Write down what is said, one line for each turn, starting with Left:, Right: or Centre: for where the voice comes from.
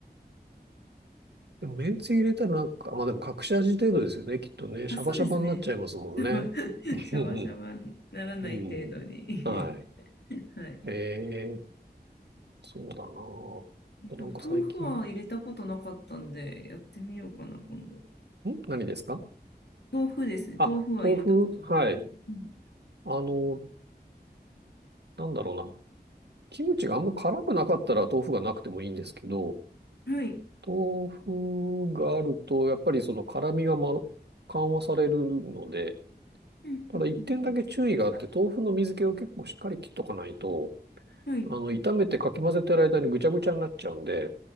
Right: でも、めんつゆ入れたらなんか、まあでも隠し味程度ですよね、きっとね。シャバシャバになっちゃいますもんね。
Left: あ、そうですね。シャバ、<laughs> シャバシャバにならない程度に。
Right: うんうん。うんはい。
Left: <laughs> はい。
Right: ええ、そうだなあ。
Left: えでも、
Right: なんか最近、
Left: 豆腐は入れたことなかったんで、
Right: ん
Left: やってみようかな、今度。
Right: 何ですか
Left: 豆腐ですね。
Right: あ、
Left: 豆腐は入れたことなかった。
Right: 豆腐はい。
Left: うん
Right: あの、なんだろうな。キムチがあんま辛くなかったら豆腐がなくてもいいんですけど、
Left: はい。
Right: 豆腐があると、やっぱりその辛みが、まろ、緩和されるので、
Left: うんうんうん
Right: ただ一点だけ注意があって、豆腐の水気を結構しっかり切っとかないと、
Left: うんはい。
Right: あの、炒めてかき混ぜてる間にぐちゃぐちゃになっちゃうんで、